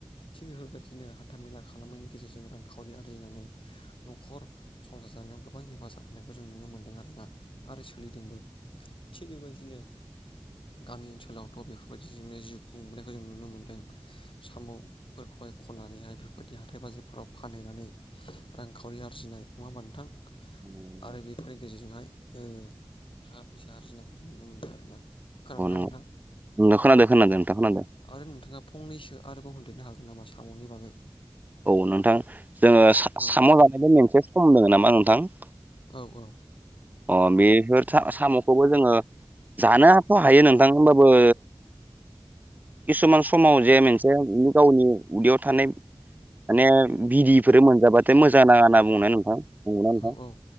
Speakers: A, on the left; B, on the right.
A: थिग बेफोरबायदिनो हान्थामेला खालामनायनि गेजेरजों रांखावरि आरजिनानै नखर संसार जानायाव गोबां हेफाजाब नायखौ जों नुनो मोन्दों आरोना आरो सोलिदोंबो थिग बेबायदिनो गामि ओनसोलावथ बेफोरबायदिजोंनो जिउ खुंबोनायखौ जों नुनो मोन्दों सामफोरखौहाय खननानैहाय बेफोरबायदि हाथाय बाजारफोराव फानहैनानै रांखावरि आरजिनाय नङा होनबा नोंथां?
B: <unintelligible> उम
A: आरो बेफोरनि गेजेरजोंहाय ओ थाखा फैसा आरजिनायखौ जों नुनो मोनदों आरोना? खोनादोंना
B: अ नंगौ
A: नोंथां
B: नोंगो खोनादो खोनादो नोंथां खोनादो।
A: आरो नोंथाङा फंनैसो आरोबाव होनदेरनो हागोन नामा सामुनि बागै।
B: औ नोंथां जोङो सा-सामु
A: औ
B: जानायबो मोनसे सम दोङो नामा नोंथां?
A: औ औ
B: अ बेफोर था साम'खौबो जोङो जानोफ हायो नों थां होमबाबो किसुमान समाव जे मोनसे गावनि उदैयाव थानाय माने बिदिफोर मोनजाबाथाय मोजां नाङा होनना बुङोना नोंथां नंगौना नोंथां?
A: औ औ